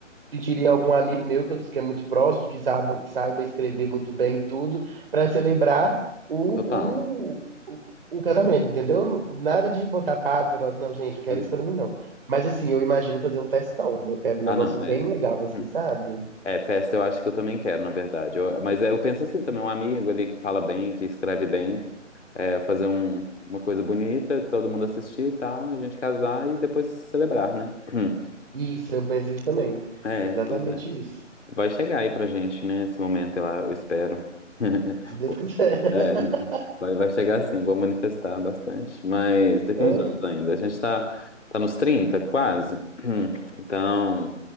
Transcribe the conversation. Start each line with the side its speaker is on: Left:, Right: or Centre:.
Right: pediria a algum amigo meu que, eu, que é muito próximo, que saiba, que saiba escrever muito bem e tudo, para celebrar o,
Left: Total.
Right: o, o, o casamento, entendeu? Nada de botar pato, negócio, não, gente, eu quero
Left: Uhum.
Right: isso pra mim, não. Mas, assim, eu imagino fazer um festão. Eu quero um
Left: Ah,
Right: negócio
Left: não,
Right: bem
Left: é.
Right: legal, assim,
Left: hum.
Right: sabe?
Left: É, festa eu acho que eu também quero, na verdade. Eu- mas é, eu penso assim também, um amigo ali que fala bem, que escreve bem, é, fazer um- uma coisa bonita, todo mundo assistir e tal, a gente casar e depois celebrar, né? <clears throat>
Right: Isso, eu penso isso também.
Left: É,
Right: Exatamente
Left: pois é.
Right: isso.
Left: Vai chegar aí pra gente, né? Esse momento, eu, eu espero. <laughs>
Right: Se Deus quiser. <laughs>
Left: É, não. Vai, vai chegar sim, vou manifestar bastante. Mas daqui
Right: É,
Left: uns anos ainda. A gente tá, tá nos 30 quase. <clears throat> Então.